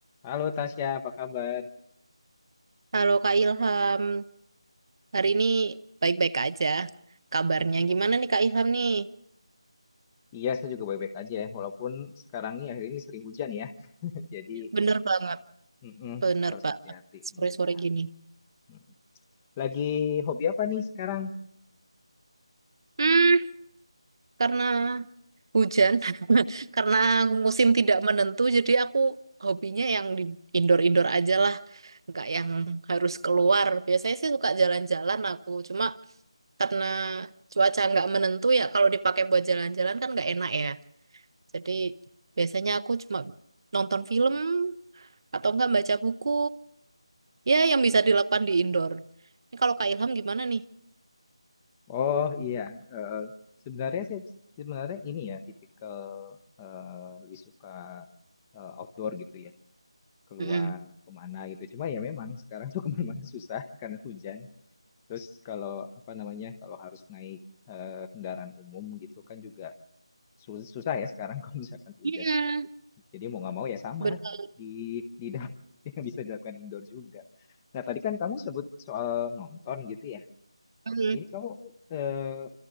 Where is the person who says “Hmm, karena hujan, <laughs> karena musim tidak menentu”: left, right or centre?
Right